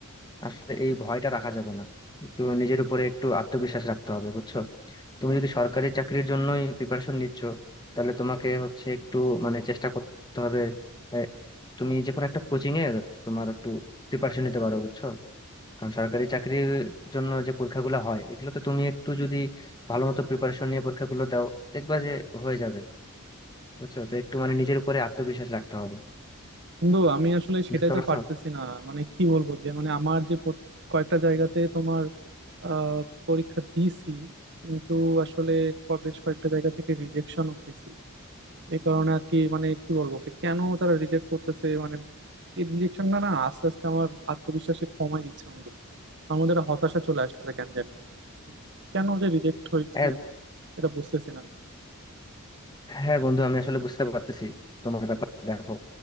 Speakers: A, on the left (about 20°); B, on the right (about 55°).
A: আসলে এই ভয়টা রাখা যাবে না একটু নিজের উপরে একটু আত্মবিশ্বাস রাখতে হবে বুঝছো তুমি যদি সরকারি চাকরির জন্যই প্রিপারেশন নিচ্ছ তাহলে তোমাকে হচ্ছে একটু মানে চেষ্টা করতে হবে এ, তুমি যে কোনো একটা কোচিং এ তোমার একটু প্রিপারেশন নিতে পারো বুঝছো কারণ সরকারি চাকরির জন্য যে পরীক্ষাগুলো হয় এগুলো তো তুমি একটু যদি ভালো মতো প্রিপারেশন নিয়ে পরীক্ষাগুলো দাও দেখবা যে হয়ে যাবে বুঝছো তো একটু মানে নিজের উপরে আত্মবিশ্বাস রাখতে হবে
B: বন্ধু আমি আসলে
A: বুঝতে
B: সেটাই তো
A: পারছো
B: পারতেছি না মানে কি বলবো যে মানে আমার যে প্রত- কয়েকটা জায়গাতে তোমার আহ পরীক্ষা দিছি কিন্তু আসলে ক- বেশ কয়েকটা জায়গা থেকে রিজেকশনও খেয়েছি এই কারণে আর কি মানে কি বলবো কি কেন তারা রিজেক্ট করতেছে মানে এই রিজেকশনটা না আস্তে আস্তে আমার আত্মবিশ্বাসে কমাই দিচ্ছে বন্ধু আমার মধ্যে একটা হতাশা চলে আসতেছে কেন জানি কেন যে রিজেক্ট হয়েছি
A: হ্যাঁ
B: এটা বুঝতেছি না
A: হ্যাঁ বন্ধু আমি আসলে বুঝতে পারতেছি তোমার ব্যাপার দেখো